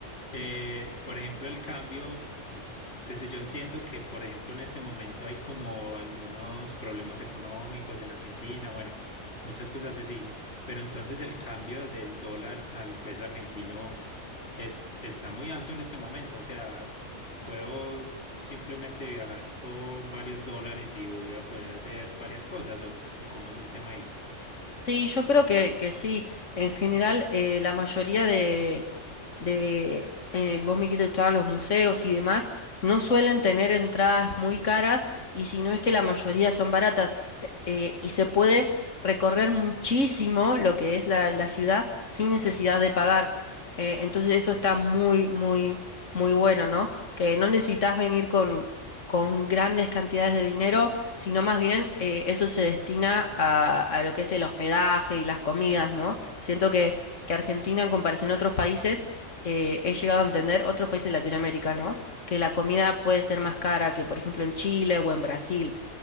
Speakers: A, on the left (about 55°); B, on the left (about 85°).
A: eh, por ejemplo, el cambio, eh, pues yo entiendo que, por ejemplo, en este momento hay como algunos problemas económicos en Argentina, bueno, muchas cosas así, pero entonces el cambio del dólar al peso argentino es, está muy alto en este momento, o sea... Puedo simplemente viajar con varios dólares y voy a poder hacer varias cosas, o, o cómo es el tema ahí.
B: Sí, yo creo que, que sí. En general, eh, la mayoría de, de eh, vos me dijiste que gustaban los museos y demás, no suelen tener entradas muy caras y si no es que la mayoría son baratas eh, eh, y se puede recorrer muchísimo lo que es la, la ciudad sin necesidad de pagar. Eh, entonces eso está muy, muy, muy bueno, ¿no? Que no necesitas venir con, con grandes cantidades de dinero sino más bien eh, eso se destina a, a lo que es el hospedaje y las comidas, ¿no? Siento que, que Argentina, en comparación a otros países, eh, he llegado a entender, otros países de Latinoamérica, ¿no? Que la comida puede ser más cara que, por ejemplo, en Chile o en Brasil.